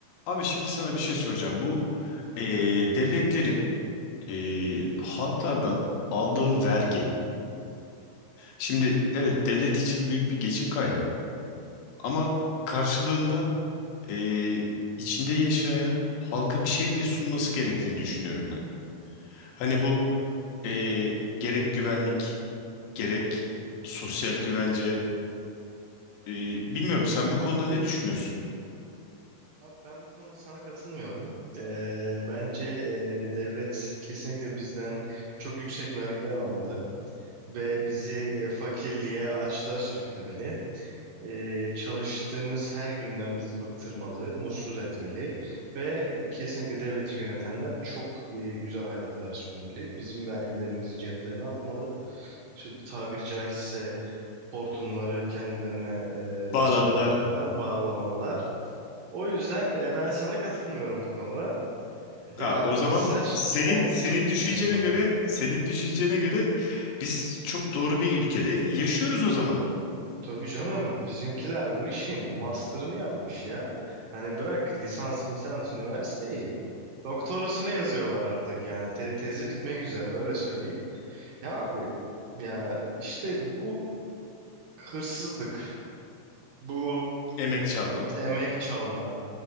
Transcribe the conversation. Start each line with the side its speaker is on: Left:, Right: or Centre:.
Left: Abi şimdi sana bir şey soracağım. Bu e, devletlerin e, halklardan aldığı vergi. Şimdi evet devlet için büyük bir geçim kaynağı ama karşılığında e, içinde yaşayan halka bir şey de sunması gerektiğini düşünüyorum ben. Hani bu e, gerek güvenlik gerek sosyal güvence e, bilmiyorum sen bu konuda ne düşünüyorsun?
Right: Abi ben bu konuda sana katılmıyorum. Ee, bence e, devlet kesinlikle bizden çok yüksek vergiler almalı ve bizi e, fakirliğe, açlığa sürüklemeli. Ee, çalıştığımız her günden bizi bıktırmalı, mutsuz etmeli ve kesinlikle devleti yönetenler çok e, güzel hayatlar sürmeli. Bizim vergilerimizi ceplerine atmalı. Şu tabiri caizse hortumları kendilerine
Left: Bağladılar
Right: e, sokmalılar, bağlamalılar. O yüzden e, ben sana katılmıyorum bu konuda.
Left: Ha,
Right: Ya abi
Left: o zaman
Right: bu saç
Left: senin
Right: yani
Left: senin
Right: çok
Left: düşüncene
Right: büyük saçmalık
Left: göre
Right: ya.
Left: senin düşüncene göre biz çok doğru bir ülkede yaşıyoruz o zaman
Right: Tabii canım bizimkiler bu işin master'ını yapmış ya. Hani bırak lisans misans üniversiteyi. Doktorasını yazıyorlar artık yani Te- tezi bitmek üzere öyle söyleyeyim. Ya abi ya işte bu hırsızlık, bu
Left: emek çalma
Right: emek çalma,